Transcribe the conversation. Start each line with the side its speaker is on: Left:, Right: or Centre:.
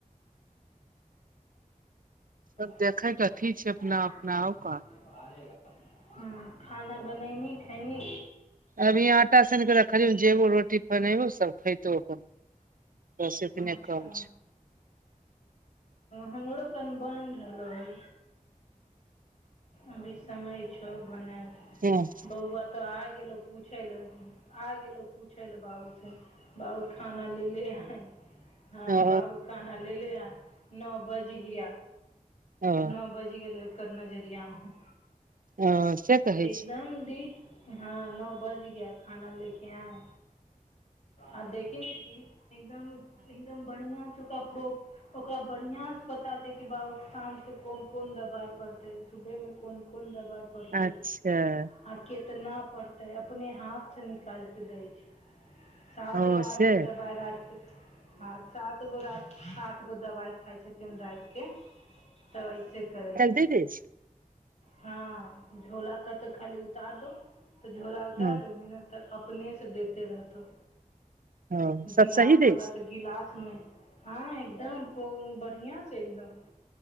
Right: सब
Left: पे
Right: देखे के अथी छै अपना
Left: <inaudible> अच्छा
Right: अपना आउ का
Left: हुँ खाना बनैनी खयली
Right: अभी आटा सान कऽ रखलिय जेबो रोटी बनेबो सब खयतौ अपन बस एतने
Left: अच्छा
Right: काम छै
Left: हमरो कन बानहि रहलो हन अभी समय छ बनएत
Right: हँ <inaudible>
Left: बौआ तो आ गेलो पूछे ले आ गेलो पूछे ले बाबू स बाउ खाना ले ले या हँ
Right: ओ
Left: बाबू खाना लेलेे ह नओ बज गिया
Right: ओ
Left: नओ बज गेलय ओकर नजरििया मे
Right: ओ से कहै
Left: एकदम
Right: छै
Left: दी हँ नओ बज गय खाना लेके आए आ देखि नी एकदम एकदम बढ़िआ ओकरा प्रो ओकरा बढ़िआँ सँ पता छै कि बाबू साँझके कोन कोन दवाइ पर तै सुबहमे कोन कोन दबाइ पड़तै
Right: अच्छा
Left: आ केतना पड़तै अपने हाथ सँ निकालिके दै छै सात
Right: ओ
Left: गो आठ
Right: से
Left: गो दबााय रातिके हँ सात गो राति आठ गो दबाइ खाइ छथिन रातिके तऽ ऐसे करै छै
Right: दे दे छै
Left: हँ झोला कहतो खाली उतार दो तऽ झोला उतार
Right: हँ
Left: द मेहनत त अपने से देते रहतो
Right: हँ सब
Left: गिलाश
Right: सही दै
Left: वला
Right: छै
Left: त गिलास मे हँ एकदम पो बढ़िआँ सँ एकदम